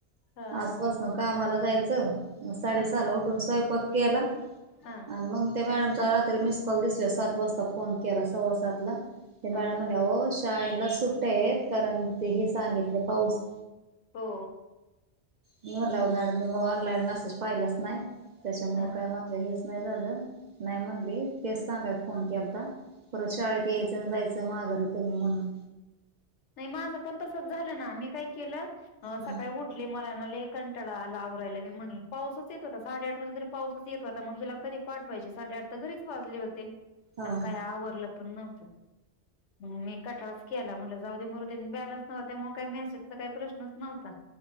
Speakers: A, on the left; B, on the right.
A: हा
B: आजपासन कामाला जायच. मग साडेसहाला
A: हा
B: उठून स्वयपाक केला.
A: हा
B: आणि मग ते मॅडमचा रात्री मिस कॉल दिसल्यावर सात वाजता फोन केला. सव्वा सात ते मॅडम
A: हा
B: म्हणल्या हो शाळेला सुट्ट्या येत कारण ते हे सांगितले पाऊस
A: हो
B: मी म्हणल अहो मॅडम मी ऑनलाईन मेसेज पाहिलच नाही. त्याच्यामुळे
A: हा.
B: काय मग हेच नाही झालं नाही म्हणली तेच सांगाय फोन केलता परत शाळेत यायचं जायचं माघारी तुम्ही म्हणून
A: नाही माझ पण तसच झाल ना, मी काय केल
B: हा
A: सकाळी उठ मलाना लयी कंटळा आला आवरायला लगेच. म्हणुन पाऊसच येत होता. साडे आठ वाज तरी पाऊसच येत होता. म हीला कधी पाठवायचे साडेआठ तर घरीच वाजले होते.
B: हा
A: आणि काही आवरल पण नव्हत. मी कटाळाच केला. म्हणल जाऊ दे मुरूदे बॅलन्स नवता. त्यामुळे काही मेसेजचा काही प्रश्नच नव्हता.